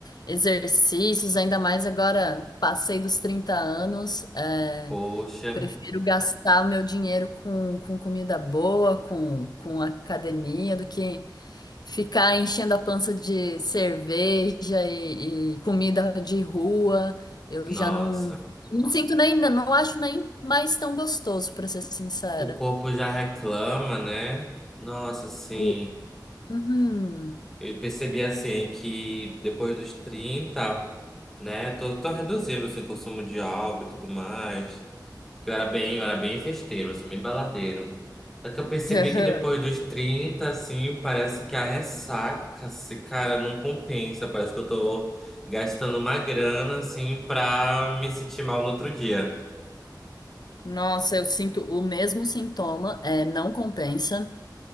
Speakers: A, on the left; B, in the centre.
A: exercícios, ainda mais agora passei dos 30 anos. é,
B: <laughs> Poxa,
A: Prefiro gastar o meu dinheiro com, com comida boa, com, com academia, do que ficar enchendo a pança de cerveja e, e comida de rua. Eu
B: nossa.
A: já não, não sinto nem, não acho nem mais tão gostoso, pra ser sincera.
B: O corpo já reclama, né? Nossa, sim.
A: O- Uhum.
B: Eu percebi assim que depois dos 30, né? Tô, tô reduzindo assim, o consumo de álcool e tudo mais. Eu era bem, eu era bem festeiro, assim, bem baladeiro. Só que eu percebi
A: <laughs>
B: que depois dos 30, assim, parece que a ressaca, se cara, não compensa. Parece que eu tô gastando uma grana, assim, pra me sentir mal no outro dia.
A: O- Nossa, eu sinto o mesmo sintoma, é, não compensa.